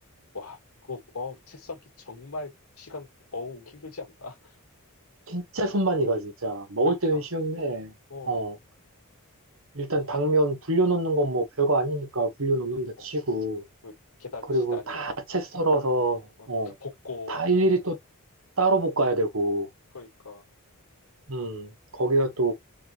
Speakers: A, on the left (about 85°); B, on the right (about 65°).
A: 와, 그거, 어, 책 써기 정말 시간, 어우, 힘들지 않나? <laughs>
B: 진짜 손만이 가, 진짜. 먹을
A: 그러니까,
B: 때는 쉬운데,
A: 어,
B: 어, 일단
A: 어,
B: 당면 불려놓는 건 뭐 별거 아니니까 불려놓는다
A: 어,
B: 치고,
A: 그 계단
B: 그리고
A: 지단이랑
B: 다 채 썰어서,
A: 막
B: 어,
A: 다 벗고
B: 다 일일이 또 따로 볶아야
A: 음
B: 되고,
A: 그러니까,
B: 음, 거기다 또